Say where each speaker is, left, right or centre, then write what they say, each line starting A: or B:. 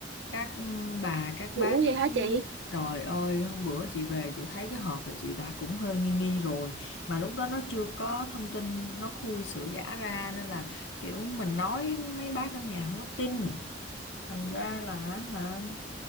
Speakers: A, on the left; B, on the right.
A: các ừ, bà các
B: ủa
A: bác
B: vậy hả chị
A: trời ơi hôm bữa chị về chị thấy cái hộp là chị đã cũng hơi nghi nghi rồi mà lúc đó nó chưa có thông tin nó khui sữa giả ra nên là kiểu mình nói mấy bác ở nhà không có tin thành ra là hả